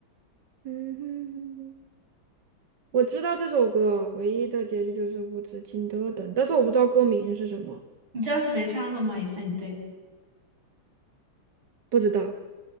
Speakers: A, on the right; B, on the right.
A: 嗯哼哼哼，我知道这首歌唯一的结局就是无止境的等，但是我不知道歌名是什么，
B: 你知道是谁唱的吗？也算你对，
A: 不知道。